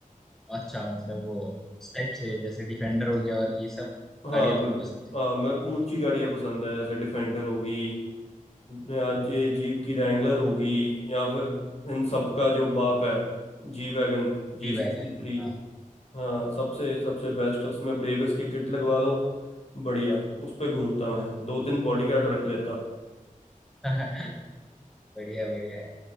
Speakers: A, in the centre; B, on the left (about 50°).
A: अच्छा मतलब वो इस टाइप से जैसे डिफेंडर हो गया और ये सब
B: हाँ
A: गाड़ियाँ
B: मैं,
A: तुम्हें पसंद है
B: हाँ मेरे को ऊंची गाड़ियां पसंद है जैसे डिफेंडर होगी या ये जीप की रैंगलर होगी या फिर इन सब का जो बाप है जी वैगन जी
A: टी
B: सिक्सटी
A: वैगन
B: थ्री
A: हाँ
B: हाँ सबसे सबसे बेस्ट उसमें ब्रेबस की किट लगवा लो बढ़िया उस पे घूमता मैं दो तीन बॉडीगार्ड रख लेता
A: <laughs> बढ़िया बढ़िया है